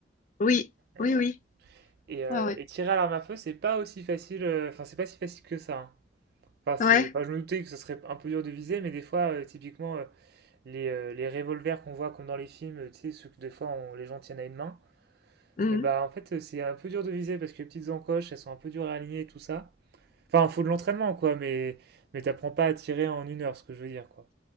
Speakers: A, on the left (about 45°); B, on the right (about 60°).
A: Oui, oui,
B: et voilà.
A: oui.
B: Et, euh,
A: Ouais, ouais.
B: et tirer à l'arme à feu, c'est pas aussi facile, euh, enfin, c'est pas si facile que ça. hein. Enfin, c'est,
A: Ouais.
B: enfin, je me doutais que ce serait un peu dur de viser, mais des fois, euh, typiquement, euh, les, euh, les revolvers qu'on voit comme dans les films, euh, tu sais, ceux que des fois on- les gens tiennent à une main,
A: Mhm.
B: et bah en fait, euh, c'est un peu dur de viser parce que les petites encoches, elles sont un peu dures à aligner et tout ça. Enfin, faut de l'entraînement, quoi, mais, mais t'apprends pas à tirer en une heure, ce que je veux dire, quoi.